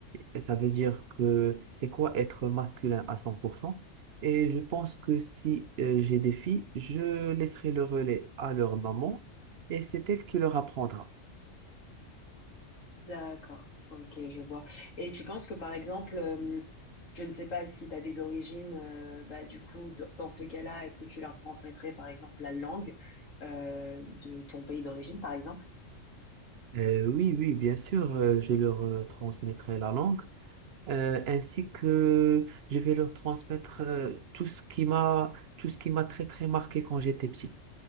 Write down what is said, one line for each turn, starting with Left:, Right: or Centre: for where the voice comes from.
Right: et ça veut dire que c'est quoi être masculin à cent pour cent Et je pense que si euh, j'ai des filles, je laisserai le relais à leur maman et c'est elle qui leur apprendra.
Left: D'accord, ok, je vois. Et tu penses que par exemple, euh, je ne sais pas si tu as des origines, euh, bah, du coup, d- dans ce cas-là, est-ce que tu leur transmettrais par exemple la langue euh, de ton pays d'origine, par exemple?
Right: Euh, oui, oui, bien sûr, euh, je leur euh, transmettrai la langue euh, ainsi que je vais leur transmettre euh, tout ce qui m'a tout ce qui m'a très très marqué quand j'étais petit.